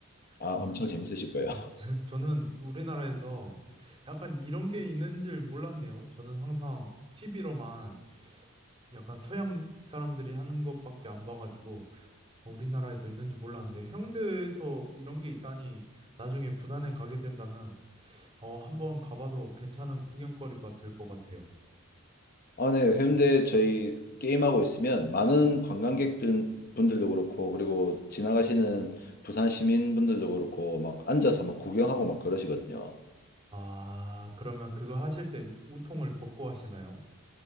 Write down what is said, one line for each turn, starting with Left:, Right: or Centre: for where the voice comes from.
Left: 아,
Right: 아,
Left: 엄청
Right: 근데
Left: 재밌으실 거예요.
Right: <laughs> 저- 저는 우리나라에서 약간 이런 게 있는 줄 몰랐네요. 저는 항상 TV로만 약간 서양 사람들이 하는 것밖에 안 봐가지고 우리나라에도 있는지 몰랐는데 해운대에서 이런 게 있다니 나중에 부산에 가게 된다면 어, 한번 가봐도 괜찮은 구경거리가 될 것 같아요.
Left: 아, 네. 해운대 저희 게임하고 있으면 많은 관광객들 분들도 그렇고 그리고 지나가시는 부산 시민분들도 그렇고 막 앉아서 막 구경하고 막 그러시거든요.
Right: 아, 그러면 그거 하실 때 우통을 벗고 하시나요?